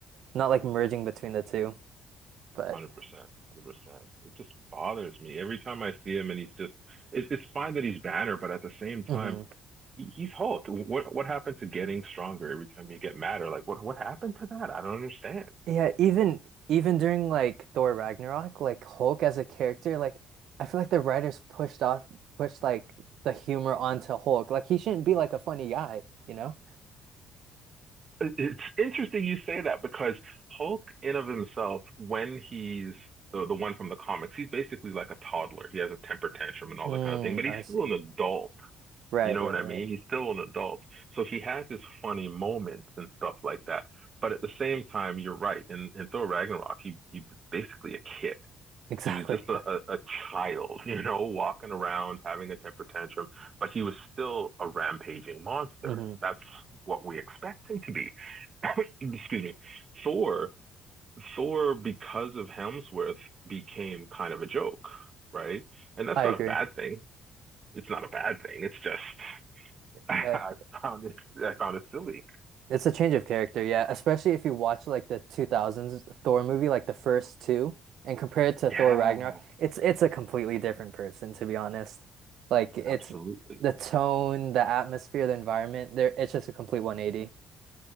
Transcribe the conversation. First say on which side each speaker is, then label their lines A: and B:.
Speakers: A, on the right; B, on the right.
A: not like merging between the two. But
B: Hundred percent, one hundred percent. It just bothers me every time I see him, and he's just. It, it's fine that he's Banner, but at the same time,
A: mhm.
B: he, he's Hulk. What what happened to getting stronger every time you get madder? Like what what happened to that? I don't understand.
A: Yeah, even even during like Thor Ragnarok, like Hulk as a character, like I feel like the writers pushed off pushed like the humor onto Hulk. Like he shouldn't be like a funny guy, you know?
B: It's interesting you say that because Hulk, in of himself, when he's the, the one from the comics, he's basically like a toddler. He has a temper tantrum and all
A: Mm,
B: that kind of thing, but he's
A: I see.
B: still an adult.
A: Right,
B: You know
A: right,
B: what I
A: right.
B: mean? He's still an adult. So he has his funny moments and stuff like that. But at the same time, you're right. In, in Thor Ragnarok, he, he basically a kid.
A: Exactly.
B: He was just a,
A: Yeah.
B: a, a child, you know, walking around, having a temper tantrum, but he was still a rampaging monster.
A: hmm
B: That's what we expect him to be. <coughs> <laughs> Excuse me. Thor, Thor, because of Hemsworth, became kind of a joke, right? And that's
A: I
B: not
A: agree.
B: a bad thing. It's not a bad thing. It's just <laughs> I
A: Yeah,
B: found it I found it silly.
A: It's a change of character, yeah. Especially if you watch like the 2000s Thor movie, like the first two, and compare it to
B: Yeah,
A: Thor Ragnarok, it's it's a completely different person, to be honest. Like it's
B: absolutely.
A: the tone, the atmosphere, the environment, there it's just a complete 180.